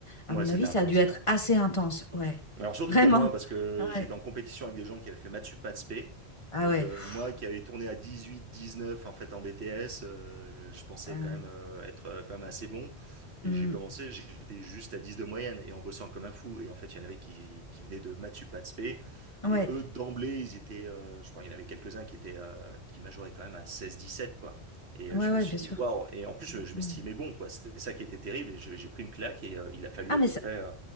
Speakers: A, on the left; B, on the right.
A: À
B: Ouais,
A: mon
B: c'était
A: avis,
B: intense,
A: ça a dû être
B: ouais.
A: assez intense. Ouais,
B: Alors surtout
A: vraiment.
B: pour moi, parce que
A: Ah
B: j'étais
A: ouais.
B: en compétition avec des gens qui avaient fait maths sup, maths spé.
A: Ah
B: Donc
A: ouais.
B: euh,
A: pff,
B: moi qui avais tourné à 18, 19 en fait en BTS, euh, je pensais
A: ah ouais.
B: quand même euh, être euh, quand même assez bon.
A: Hmm.
B: Et j'ai commencé, j'étais juste à 10 de moyenne et en bossant comme un fou. Et en fait, il y en avait qui, qui venaient de maths sup, maths spé.
A: Ouais,
B: Et eux, d'emblée, ils étaient, euh, je pense, il y en avait quelques-uns qui étaient, euh, qui majoraient quand même à 16, 17, quoi. Et
A: ouais,
B: euh, je
A: ouais,
B: me suis
A: bien
B: dit,
A: sûr.
B: waouh! Et en plus, je,
A: Mmh,
B: je m'estimais
A: Ouais.
B: bon, quoi. C'était ça qui était terrible. Et je- j'ai pris une claque et euh, il a fallu
A: Ah,
B: à
A: mais
B: peu
A: ça,
B: près. euh,